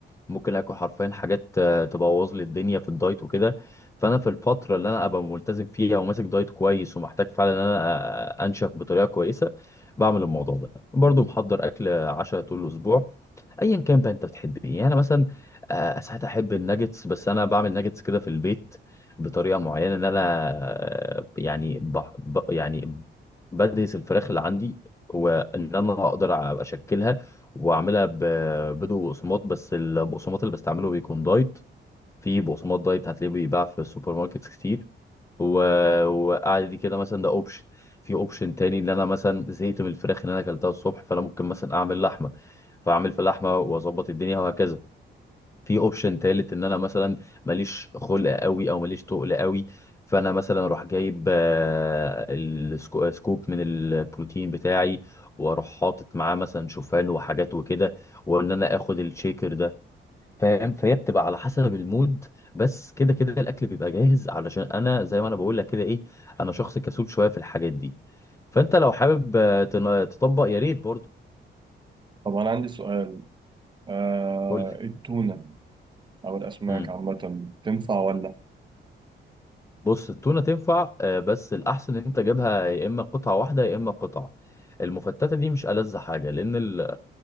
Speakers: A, on the left; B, on the right.
A: ممكن اكل حرفيا حاجات آه، تبوظ لي الدنيا في الدايت وكده فانا في الفتره اللي انا ابقى ملتزم فيها وماسك دايت كويس ومحتاج فعلا ان انا آه، انشف بطريقه كويسه بعمل الموضوع ده برضو محضر اكل عشاء طول الاسبوع ايا كان بقى انت بتحب ايه يعني انا مثلا آه، ساعات احب الناجتس بس انا بعمل ناجتس كده في البيت بطريقه معينه ان انا آه، يعني بح ب يعني بدرس الفراخ اللي عندي وان انا اقدر أ- اشكلها واعملها ب- بدون بقسماط بس البقسماط اللي بستعمله بيكون دايت في بقسماط دايت هتلاقيه بيتباع في السوبر ماركت كتير و... وقعد دي كده مثلا ده اوبشن في اوبشن تاني ان انا مثلا زهقت من الفراخ اللي انا اكلتها الصبح فانا ممكن مثلا اعمل لحمه فاعمل في لحمه واظبط الدنيا وهكذا في اوبشن تالت ان انا مثلا ماليش خلق قوي او ماليش تقل قوي فانا مثلا اروح جايب آه، السكو- سكوب من البروتين بتاعي واروح حاطط معاه مثلا شوفان وحاجات وكده وان انا اخد الشيكر ده فاهم فهي بتبقى على حسب المود بس كده كده الاكل بيبقى جاهز علشان انا زي ما انا بقول لك كده ايه انا شخص كسول شويه في الحاجات دي فانت لو حابب آه، تن- تطبق يا ريت برضه
B: طب انا عندي سؤال آه
A: قول لي
B: التونة او الاسماك
A: امم
B: عامة تنفع ولا
A: بص التونه تنفع آه، بس الاحسن ان انت جايبها يا اما قطعه واحده يا اما قطعه المفتته دي مش ألذ حاجه لان ال-